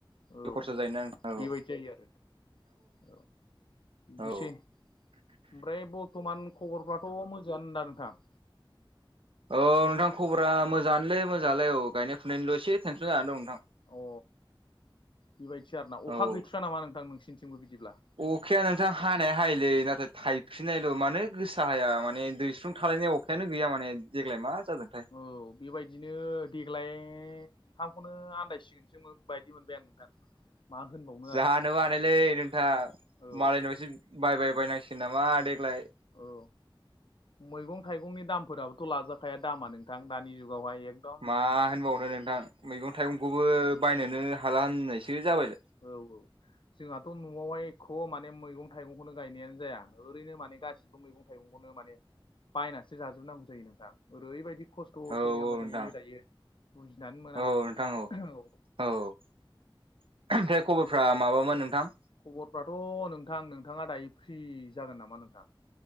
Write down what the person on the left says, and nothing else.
औ
बेबायदि
जायो आरो औ बिदिसै
ओमफ्राय बरथ'मान खबरफ्राथ' मोजांङानो दा नोंथां
अ बेबायदि आरोना अखा
गैथ्रा नामा नोंथां नोंसिनिथिंबो बिदिब्ला
औ बेबायदिनो देग्लाय ओंखामखौनो आदायसिगोन सोमोन बायदि मोनबाय आं नोंथां मा होनबावो
औ
औ मैगं थाइगंनि दामफोराबोथ' लाजाखाया दामा नोंथां दानि जुगावहाय एक
औ जोंहाथ न'वावहाय एख माने मैगं थाइगंखौनो गायनायानो जाया ओरैनो माने गासिबो मैं मैगं थाइगंखौनो माने बायनानैसो जाजोबनांगौ जायो नोंथां ओरैबायदि खस्थ' थ'
सोलिनांबाय
थायो दायो बुजिनानै मोना
औ
खबरफ्राथ' नोंथां नोंथाङा दायो फ्रि जागोन नामा नोंथां